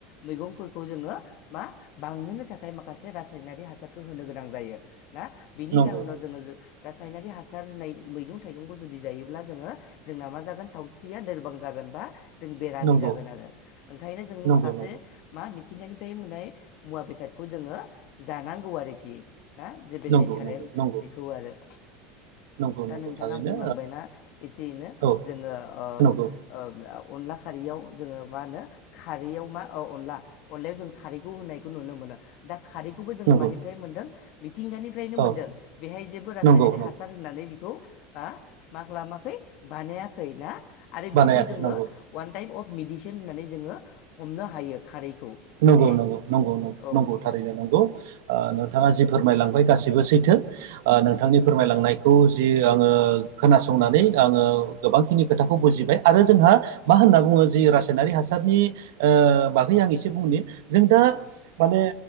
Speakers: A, on the left; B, on the right.
A: मैगंफोरखौ जोङो मा बांहोनो थाखाय माखासे रासायनारि हासारखौ होनो गोनां जायो ना बिनि
B: नंगौ
A: जाहोनाव जोङो रासायनारि हासार होनाय मैगं थाइगंखौ जुदि जायोब्ला जोङो जोंना मा जागोन सावस्रिया लोरबां जागोन बा जों बेरामि
B: नंगौ
A: जागोन आरो ओंखायनो जोंङो
B: नंगौ
A: माखासे
B: नंगौ
A: मा मिथिंगानिफ्राय मोननाय मुवा बेसादखौ जोङो जानांगौ आरोखि ना जेबो
B: नंगौ
A: नेचारेल
B: नंगौ नंगौ
A: बेखौ आरो
B: नंगौ
A: दा
B: नंगौ
A: नोंथाङा
B: थारैनो
A: बुंलांबायना एसे एैनो
B: ओ औ
A: जोङो
B: नंगौ
A: ओ अनला खारैयाव जोङो मा होनो खारैयाव मा ओ अनला अनलायाव जों खारैखौ होनायखौ नुनो मोनो दा खारैखौबो जोङो
B: नंगौ
A: मानिफ्राय मोनदों मिथिंगानि फ्रायनो मोनदों
B: औ
A: बेहाय जेबो रासायनारि
B: नंगौ नंगौ
A: हासार होननानै बेखौ बा मा खालामाखै बानायाखै ना आरो
B: बानायाखै
A: बेखौ जोङो
B: नंगौ
A: अवान टाइप अफ मेडिसिन होननानै जोङो हमनो हायो खारैखौ
B: नंगौ
A: ने
B: नंगौ नंगौं नंगौ
A: औ
B: नंगौ थारैनो नंगौ नोंथाङा जि फोरमायलांबाय गासैबो सैथो नोंथांनि फोरमायलांनायखौ जि आङो खोनासंनानै आङो गोबांखिनि खोथाखौ बुजिबाय आरो जोंहा मा होनना बुङो जि रासायनारि हासारनि बागै आं एसे बुंनि जों दा
A: औ
B: माने